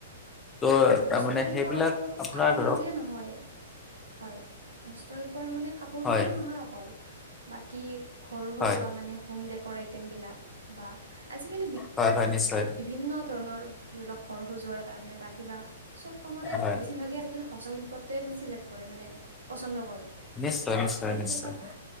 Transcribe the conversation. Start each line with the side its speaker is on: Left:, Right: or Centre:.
Left: ত'
Right: হয়,
Left: তাৰমানে
Right: হস্তশিল্পৰ
Left: সেইবিলাক
Right: অকল
Left: আপোনাৰ
Right: কাপোৰ
Left: ধৰক
Right: বুলিয়ে নহয় হয়, হস্তশিল্পৰ মানে কাপোৰ
Left: হয়
Right: বুলিয়ে নহয় অকল। বাকী ঘৰ সজোৱা
Left: হয়
Right: মানে হোম ডেকৰ আইটেমবিলাক বা আজিকালি
Left: হয়- হয়, নিশ্চয়।
Right: বিভিন্ন ধৰণৰ ধৰি লওঁক ঘৰ সজোৱাৰ কাৰণে বা কিবা চব কামতে
Left: হয়
Right: বেছিভাগে আজিকালি হস্ত শিল্পটোৱে মানে চিলেক্ট কৰে মানে পচন্দ কৰে।
Left: নিশ্চয় নিশ্চয়
Right: ত' সেইটো
Left: নিশ্চয়
Right: এটা ভা,